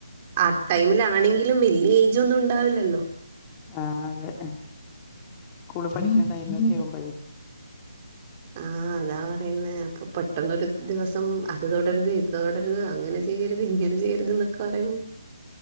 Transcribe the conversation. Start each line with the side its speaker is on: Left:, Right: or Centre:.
Right: ആ ടൈമിലാണെങ്കിലും വല്ല്യ ഏയ്ജ് ഒന്നും ഉണ്ടാവില്ലല്ലോ
Left: ആ അതെ സ്കൂള് പഠിക്ക്ണ ടൈമക്കെ ആവുമ്പഴേ
Right: ആ അതാ പറയുന്നേ അപ്പ പെട്ടെന്നരു ദിവസം അത് തൊടര്ത് ഇത് തൊടര്ത് അങ്ങനെ ചെയ്യരുത് ഇങ്ങനെ ചെയ്യരുത് ന്നൊക്ക പറയും